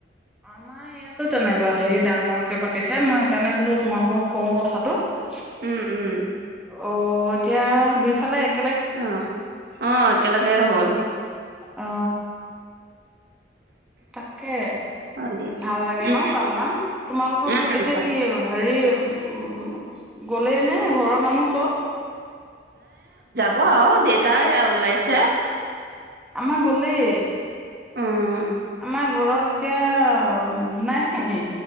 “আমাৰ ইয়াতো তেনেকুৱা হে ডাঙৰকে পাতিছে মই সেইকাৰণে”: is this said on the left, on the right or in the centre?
Centre